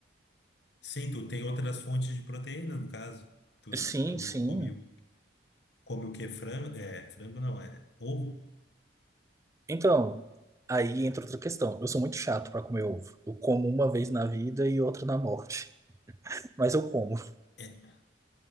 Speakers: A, on the left; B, on the right.
A: Sim, tu tem outras fontes de proteína, no caso. Tu,
B: Sim,
A: tu
B: sim.
A: come, o- come o que? Frango? É, frango não, é ovo.
B: Então, aí entra outra questão. Eu sou muito chato para comer ovo. Eu como uma vez na vida e outra na morte. Mas eu como.
A: É.